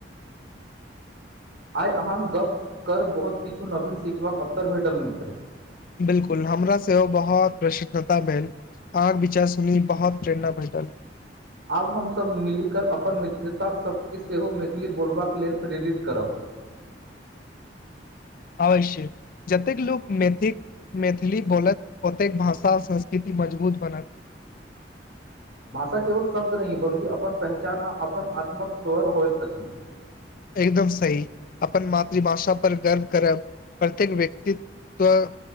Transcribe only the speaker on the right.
आइ अहाँसँ गप्प कर बहुत किछु नवीन सिखबाक अवसर भेटल मित्र।
आब हमसभ मिलिकऽ अपन मित्रतासभकेँ सेहो मैथिली बोलबाक लेल प्रेरित करब।
भाषा केवल शब्द न हि बल् की अपन पहचान आ अपन आत्मक स्वर होइत अछि।